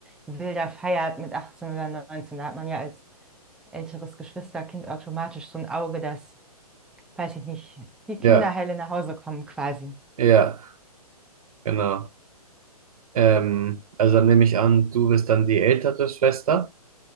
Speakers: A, in the centre; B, on the right.
A: wilder feiert mit 18 oder 19, da hat man ja als älteres Geschwisterkind automatisch so ein Auge, dass, weiß ich nicht, die
B: Ja,
A: Kinderheile nach Hause kommen quasi.
B: ja, genau. Ähm, also dann nehme ich an, du bist dann die ältere Schwester.